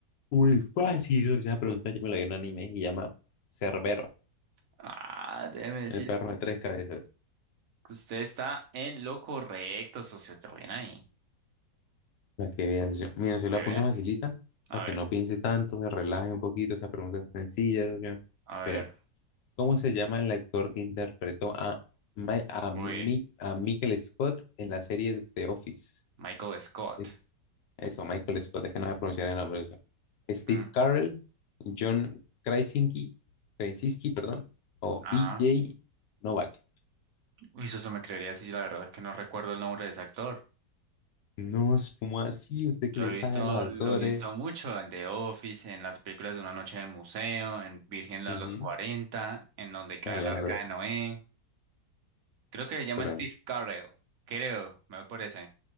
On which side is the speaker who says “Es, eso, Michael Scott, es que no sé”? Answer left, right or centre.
Left